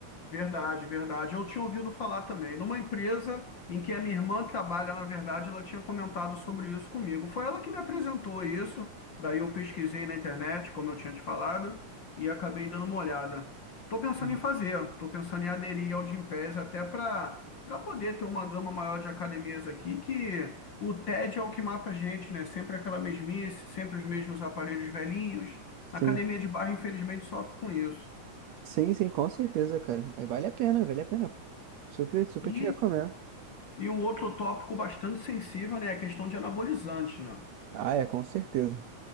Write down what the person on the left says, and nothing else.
Verdade, verdade. Eu tinha ouvido falar também. Numa empresa em que a minha irmã trabalha, na verdade, ela tinha comentado sobre isso comigo. Foi ela que me apresentou isso. Daí eu pesquisei na internet, como eu tinha te falado, e acabei dando uma olhada. Estou pensando
em fazer, estou pensando em aderir ao Gympass até para para poder ter uma gama maior de academias aqui, que o TED é o que mata a gente, né? Sempre aquela mesmice, sempre os mesmos aparelhos velhinhos.
A academia de bairro, infelizmente, sofre com isso.
E
E um outro tópico bastante sensível, né, é a questão de anabolizantes, né?